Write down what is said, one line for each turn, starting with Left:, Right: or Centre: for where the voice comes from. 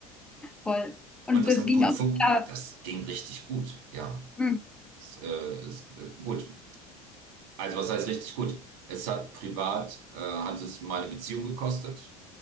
Centre: Voll. Und
Right: Und das
Centre: das
Right: hat
Centre: ging
Right: gut
Centre: auch
Right: funktioniert
Centre: nicht ab.
Right: das ging richtig gut, ja.
Centre: Hm.
Right: Es, äh, ist äh, gut. Also was heißt richtig gut? Es hat privat, äh, hat es meine Beziehung gekostet,